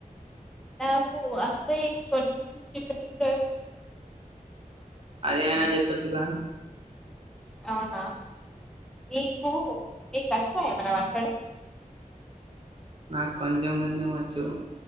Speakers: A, in the centre; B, on the right.
A: నాకు అస్తాయి కొ చి చిగడ
B: అది అయినా చెప్పచ్చుగా
A: అవునా నీకు నీకుచ్చాఎమనా వంటడం
B: నా కొంచం కొంచం వచ్చు